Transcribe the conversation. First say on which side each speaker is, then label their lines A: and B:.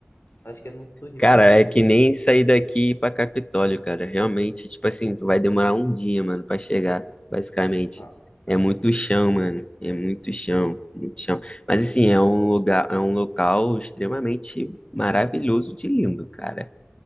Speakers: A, on the left; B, on the left.
A: Acho que é no sul de
B: Cara,
A: Minas,
B: é
A: né?
B: que nem sair daqui e ir pra Capitólio, cara. Realmente, tipo assim, tu vai demorar um dia, mano, pra chegar, basicamente.
A: Ah,
B: É
A: ah,
B: muito chão, mano. É muito chão, muito chão. Mas assim, é um lugar, é um local extremamente maravilhoso de lindo, cara.